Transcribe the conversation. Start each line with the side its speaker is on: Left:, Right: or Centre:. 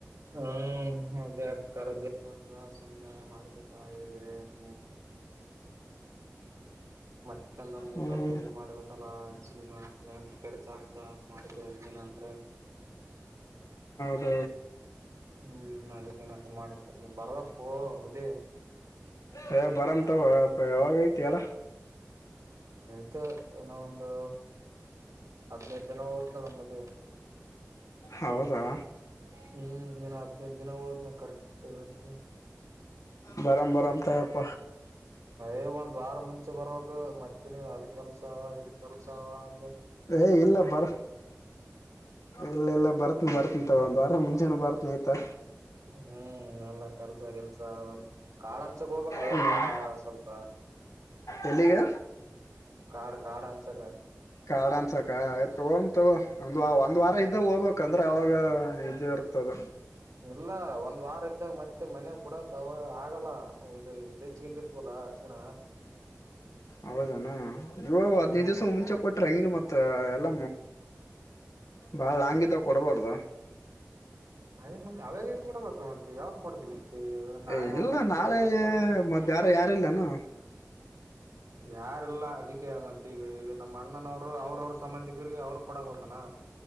Right: ಹ್ಮ ಅದೇ ಕರದ ತ ಸುಮನೆ ಮಾಡಿದಪ್ಪದೆ ನೀ ಮತ್ತಂದಮಿಂದ
Left: ಹ್ಮ್
Right: ಒಂದ್
Left: ಹ್ಮ್
Right: ಮದಿ ಮಾಡ್ಬೇಕಲ್ಲ ಸು ಖರ್ಚಾಗಗ್ತಾ ಮಾಡಿನ ಅಂದ್ರ
Left: ಹ್ಮ
Right: ಹ್ಮ್ ಅದಕ್ಕೆೇನ ಮಾಡಿ ಬರ್ಬೇಕಕ್ೂ ಹದಿ
Left: ಹ ಬರಾಮ ತ ಹವಗೈತಿಳ
Right: ಮತ್ತ ಏನೋ ಒಂದು ಹದ್ನೈದು ಜನ ಹೋದ್ ನೋಡಮ್ಮದ್
Left: ಹೌದಾ
Right: ಹ್ಮ್ ಇನ್ ಹದ್ನೈದು ದಿನ ಹಳ ನ ಕರೆಕ್ಟ್ ಇವತ್ತು
Left: ಬಾರಾಮ ಬಾರಾಮ ತಪ್ಪ
Right: ಯ ಒಂದ್ ವಾರ ಮುಂಚೆ ಬರಕ್ ಮತ್ತೆ ನೀನ್ ಅದ ಕೆಲ್ಸ ಅವ ಇ ಕೆಲ್ಸವ ಅಂದ
Left: ಏ ಇಲ್ಲ ಬರ ಇಲ್ಲ ಇಲ್ಲ ಬರ್ತ್ನ ಬರ್ತಂತ ಒಂದ ವಾರ ಮುಂಚೆಾನ ಬರ್ತ್ನಯತಾ
Right: ಹ್ಮ್ ಎಲ್ಲ ಕೆಲ್ಸ ಕೆಲ್ಸ ಕಾಳ ಅನ್ಸಕ್ ಹೋಗ್ಬೇಕು
Left: ಹ್ಮ್
Right: ಬಾ ಸ್ವಲ್ಪ
Left: ಎಲ್ಲಿಗೆ
Right: ಕಾರಾರ್ಡ ಕಾರ್ಡ ಹಸ ಕ
Left: ಕಾರ್ಡಾಸ ಕ ತೋ ಒಂದ ಒಂದ್ ವಾರ ಇದ್ದ ಹೋಗ್ಕ್ಂದ್ರೆ ಅವಾಗ ನಿಜ ಇರ್ತದ
Right: ಇಲ್ಲ ಒಂದ್ ವಾರ ಇದ್ದಾಗ ಮತ್ತೆ ಮನ್ಯಾಗ ಬಿಡಕ್ ಆಗಲ್ಲ ದು ಇದೇ ಚೀಲ್ದಿರ್ತವಲ್ಲಾ ಅರ್ಶಣ
Left: ಹೌದಾನ ಇವಾಗ ಹದ್ಿನೈದು
Right: ಹ್ಮ್
Left: ದಿವ್ಸ ಮುಂಚೆ ಕೊಟ್ಟ ೆಂಗ್ ಮತ್ತ ಎಲ್ಲ ಬಾಳ ಲಾಂಗ ಇದಾಗ ಕೊಡ್ಬಾರ್ದು
Right: ಅಯ ಮತ್ತೆ ಅವಾಗ ಕೂಡಬೇಕು ಮತ್ೆ ಯಾವ ಕೊಡ್ತೀ ಮ ನಾಳೆ
Left: ಏ
Right: ಆದಂತ
Left: ಇಲ್ಲ
Right: ಬಂದಿ
Left: ನಾಳೆ
Right: ಜೋ ಕೊಡ್ತೇನೆ
Left: ಮತ್ತ ಯಾರ ಯಾರಿಲ್ಲನು
Right: ಯಾರೆಲ್ಲ ಅದಕ್ಕೆ ಮತ್ತೆ ಈಗ ನಮ್ಮ ಅಣ್ಣನವರು ಅವ್ರವರು ಸಂಬಂಧಿಕ ಇದರ್ಗ ಅವ್ರ ಕೊಡ ಗೋತಾನ